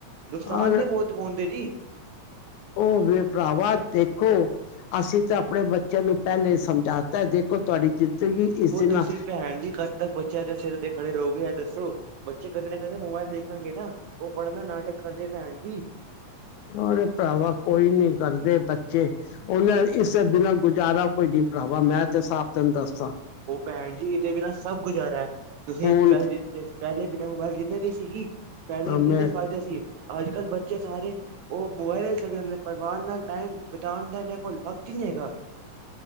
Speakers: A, on the right; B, on the left.
A: ਨੁਕਸਾਨ
B: ਔਰ
A: ਨੇ ਬੋਤ ਫੋਨ ਦੇ ਜੀ।
B: ਉਹ ਵੀ ਭਰਾਵਾ ਦੇਖੋ, ਅਸੀਂ ਤਾਂ ਆਪਣੇ ਬੱਚਿਆਂ ਨੂੰ ਪਹਿਲੇ ਸਮਝਾਤਾ ਦੇਖੋ ਤੁਹਾਡੀ ਜ਼ਿੰਦਗੀ ਇਸ
A: ਉਹ
B: ਨਾਲ,
A: ਤੁਸੀਂ ਭੈਣ ਜੀ ਕ- ਤੱਕ ਬੱਚਿਆਂ ਦੇ ਸਿਰ ਤੇ ਖੜੇ ਰਹੋਗੇ ਏ ਦੱਸੋ। ਬੱਚੇ ਕਦੇ ਨਾ ਕਦੇ ਮੋਬਾਇਲ ਦੇਖਣਗੇ ਨਾ, ਉਹ ਪੜਨ ਦਾ ਨਾਟਕ ਕਰਦੇ ਪੈਣ ਜੀ।
B: ਉਹਦੇ ਭਰਾਵਾ ਕੋਈ ਨੀ ਕਰਦੇ ਬੱਚੇ। ਉਹਨਾਂ ਇਸੇ ਬਿਨਾਂ ਗੁਜ਼ਾਰਾ ਕੋਈ ਨੀ ਭਰਾਵਾ ਮੈਂ ਤੇ ਸਾਫ ਤੈਨੂੰ ਦੱਸਦਾ।
A: ਉਹ ਭੈਣ ਜੀ ਇਹਦੇ ਬਿਨਾ ਸਭ ਗੁਜ਼ਾਰਾ ਏ, ਤੁਸੀਂ
B: ਫੋਨ
A: ਚਾਹੇ - ਪਹਿਲੇ ਬਿਨਾਂ ਮੋਬਾਇਲ ਜਿਂਦੇ ਨੀ ਸੀ ਕੀ ਪਹਿਲੇ ਕਿੰਨੇ
B: ਮੈਂ
A: ਫਾਇਦੇ ਸੀਗੇ ਅੱਜ ਕੱਲ ਬੱਚੇ ਸਾਰੇ- ਉਹ ਮੋਬਾਇਲ ਯੂਜ ਕਰਦੇ ਰਹਿੰਦੇ ਨੇ ਪਰਵਾਰ ਨਾਲ ਟਾਈਮ ਬਿਤਾਣ ਦਾ ਇਹਨਾਂ ਕੋਲ ਵਕਤ ਈ ਨੀ ਹੈਗਾ।